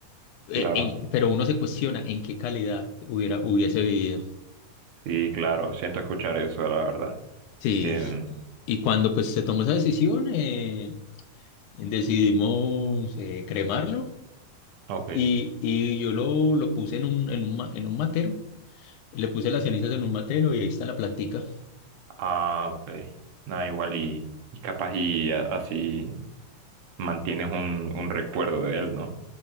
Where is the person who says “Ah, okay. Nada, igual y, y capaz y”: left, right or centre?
Right